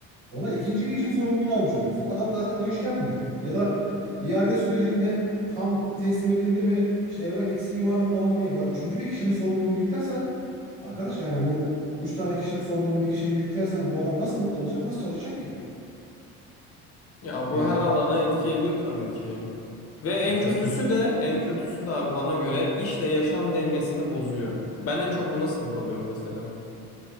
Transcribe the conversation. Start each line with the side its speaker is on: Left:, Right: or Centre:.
Right: ona ikinci bir işin sorumluluğunu almış oluyorsun. Adam zaten o işi yapmıyor. Ya da iade sürecinde tam teslim edildi mi, işte evrak eksiği var mı falan diye ba- üçüncü bir kişinin sorumluluğunu yüklersen, arkadaş yani bu üç tane kişinin sorumluluğunu bir kişiye yüklersen bu adam nasıl mutlu olacak, nasıl çalışacak ki?
Left: Ya
Right: Yani
Left: bu her alana etki ediyor tabii ki. Ve en
Right: ya kesin
Left: kötüsü de en kötüsü de abi bana göre işle yaşam dengesini bozuyor. Ben en çok buna sinir oluyorum mesela.